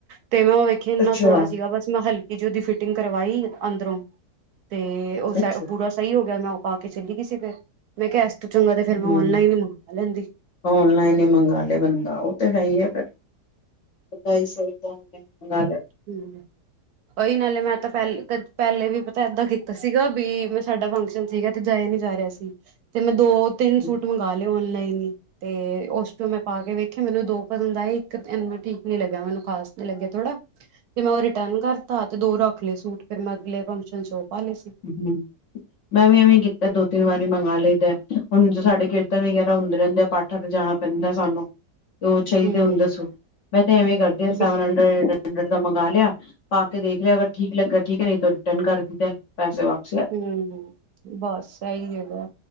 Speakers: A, on the right (about 70°); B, on the left (about 55°).
A: ਤੇ ਮੈਂ ਉਹ ਨਾ ਵੇਖਿਆ ਇੰਨਾ
B: ਅੱਛਾ
A: ਸੋਹਣਾ ਸੀਗਾ ਬਸ ਮੈਂ ਹਲਕੀ ਜਿਹੀ ਉਹਦੀ ਫਿਟਿੰਗ ਕਰਵਾਈ ਅੰਦਰੋਂ, ਤੇ ਉਹ
B: ਅੱਛਾ
A: ਪੂਰਾ ਸਹੀ ਹੋ ਗਿਆ ਮੈਂ ਉਹ ਪਾ ਕੇ ਚੱਲੀ ਗਈ ਸੀ ਫੇਰ। ਮੈਂ ਕਿਹਾ ਇਸ ਤੂੰ ਚੰਗਾ ਫਿਰ ਮੈਂ
B: ਹੂੰ
A: ਔਨਲਾਈਨ ਨ ਮੰ ਲੈਂਦੀ।
B: ਔਨਲਾਈਨ ਹੀ ਮੰਗ ਲਏ ਬੰਦਾ, ਉਹ ਤੇ ਹੈ ਹੀ ਆ ਫੇਰ। ਢਾਈ ਸੌ ਦਾ, ਇੱਕ ਨਾਲ।
A: ਹੂ, ਉਹੀ ਨਾਲੇ ਮੈਂ ਤਾਂ ਪਹਿਲਾਂ ਪਹਿਲੇ ਵੀ ਪਤਾ ਏਦਾਂ ਕੀਤਾ ਸੀਗਾ ਵੀ, ਮੈਂ ਸਾਡਾ ਫੰਕਸ਼ਨ ਸੀਗਾ ਤੇ ਜਾਏ ਨੀ ਜਾ ਰਿਹਾ ਸੀ। ਤੇ ਮੈਂ ਦੋ -ਤਿੰਨ
B: ਹੂੰ
A: ਸੂਟ ਮੰਗਵਾ ਲਏ ਔਨਲਾਈਨ ਹੀ। ਤੇ ਉਸ ਚੋਂ ਮੈਂ ਪਾ ਕੇ ਵੇਖਿਆ ਮੈਨੂੰ ਦੋ ਪਸੰਦ ਆਏ ਇੱਕ ਐਨਾਂ ਠੀਕ ਨੀ ਲੱਗਿਆ ਮੈਨੂੰ ਖਾਸ ਨੀ ਲੱਗਿਆ ਥੋੜ੍ਹਾ। ਤੇ ਮੈਂ ਉਹ ਰਿਟਰਨ ਕਰਤਾ, ਤੇ ਦੋ ਰੱਖ ਲਏ ਸੂਟ ਫੇਰ ਮੈਂ ਅਗਲੇ ਫੰਕਸ਼ਨ 'ਚ ਉਹ ਪਾ ਲਏ ਸੀ।
B: ਹੂੰ। ਮੈਂ ਵੀ ਐਵੇਂ ਕੀਤਾ ਦੋ ਤਿੰਨ ਵਾਰੀ ਮੰਗ ਲਈਦੈ ਹੁਣ ਜਦੋਂ ਸਾਡੇ ਕੀਰਤਨ ਵਗੈਰਾ ਹੁੰਦੇ ਰਹਿੰਦੇ ਆ ਪਾਠਾਂ ਤੇ ਜਾਣਾ। ਪੈਂਦਾ ਸਾਨੂੰ।
A: <unintelligible>
B: ਦੋ ਚਾਹੀਦੇ
A: ਹੂੰ
B: ਹੁੰਦੇ ਦੱਸੋ ਮੈਂ ਤਾਂ ਐਵੇਂ ਕਰਦੀ ਹਾਂ
A: ਬਿਲਕੁਲ
B: ਸੈਵਨ ਹੰਡਰਡ। ਹੰਡਰਡ ਦਾ ਮੰਗਵਾ ਲਿਆ ਪਾ ਕੇ ਦੇਖ ਲਿਆ ਅਗਰ ਠੀਕ ਲੱਗਿਆ ਠੀਕ ਨਹੀਂ ਰਿਟਰਨ ਕਰ ਦਿੱਤੇ ਪੈਸੇ ਵਾਪਸ।
A: ਹੂੰ ਬਸ ਇਹੀ ਹੈਗਾ।